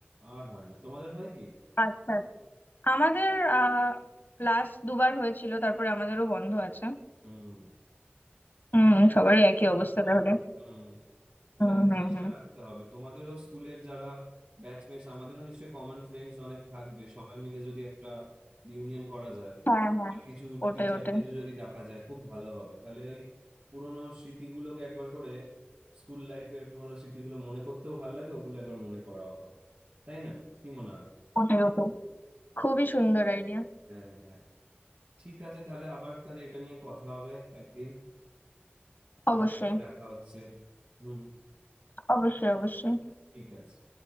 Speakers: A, on the right (about 50°); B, on the left (about 55°).
A: আর হয় না তোমাদের হয় কি
B: আচ্ছা আচ্ছা। আমাদের আহ ক্লাস দুবার হয়েছিল তারপরে আমাদেরও বন্ধ আছে
A: হুম
B: হুম
A: একটা
B: সবারই
A: চেষ্টা
B: একই অবস্থা
A: থাকবে
B: তাহলে
A: হুম
B: হুম
A: এটা একটা
B: হুম
A: চেষ্টা
B: হুম
A: রাখতে হবে তোমাদেরও স্কুলের যারা ব্যাচমেটস আমাদেরও নিশ্চয়ই কমন ফ্রেন্ডস অনেক থাকবে সবাই মিলে যদি একটা ইউনিয়ন করা যায়
B: হ্যাঁ হ্যাঁ
A: আর কিছু
B: ওটাই
A: টিচারদেরও
B: ওটাই
A: যদি ডাকা যায় খুব ভালো হবে তাহলে ওই পুরোনো স্মৃতিগুলোকে একবার করে স্কুল লাইফের পুরোনো স্মৃতিগুলো মনে করতেও ভালো লাগে ওগুলো একবার মনে করাও হবে তাই না কি মনে হয়
B: ওটাই ওটাই খুবই সুন্দর আইডিয়া
A: হ্যাঁ হ্যাঁ ঠিক আছে তাহলে আবার তাহলে এটা নিয়ে কথা হবে একদিন পরে
B: অবশ্যই
A: আবার দেখা হচ্ছে হুম
B: অবশ্যই অবশ্যই
A: ঠিক আছে